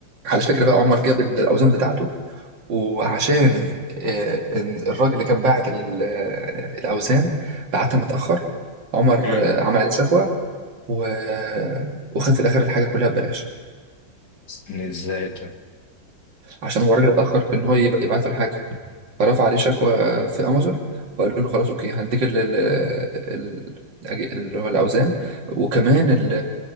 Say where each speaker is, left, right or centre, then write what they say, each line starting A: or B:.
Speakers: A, on the right; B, on the left.
A: على فكرة بقى عمر جاب الأوزان بتاعته وعشان آه، إن الراجل اللي كان باعت ال- آه، الأوزان بعتها متأخر عمر
B: مم.
A: آه، عمل عليه شكوى و... وخد في الآخر الحاجة كلها ببلاش
B: إن ازاي ده
A: عشان هو الراجل اتأخر في إن هو يب- يبعت له الحاجة فرفع عليه شكوى في امازون وقالوا له خلاص اوكي هنديك ال ال ال- الأج- اللي هو الاوزان وكمان ال